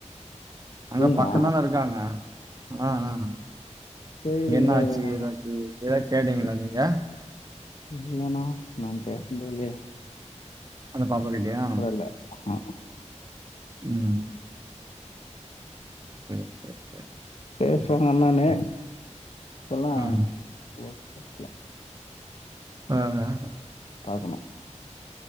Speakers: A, on the right (about 30°); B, on the left (about 60°).
A: அங்க
B: இவங்களா
A: பக்கந்தான இருக்காங்க ஆ ஆ
B: தெரியலைங்க
A: என்ன ஆச்சு
B: அது நான்
A: ஏதாச்சு எதாது கேட்டீங்களா நீங்க
B: இல்லண்ணா நம் பேஸ்னதே இல்லயே
A: அந்த பாப்பா கிட்டயா
B: இல்லை ஆ
A: ம் ம் <inaudible>
B: பேசுவாங்க அண்ணானு சொல்லா
A: ம்
B: <inaudible>
A: ஆ ஆ
B: பாக்கணு